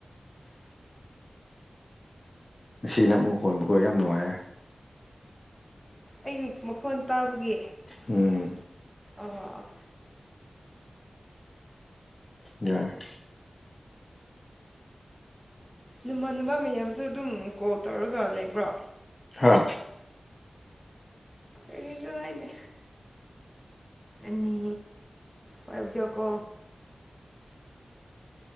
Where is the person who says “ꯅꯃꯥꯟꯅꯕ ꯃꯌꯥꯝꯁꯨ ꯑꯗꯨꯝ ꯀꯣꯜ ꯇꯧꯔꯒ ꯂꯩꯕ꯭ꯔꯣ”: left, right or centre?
Centre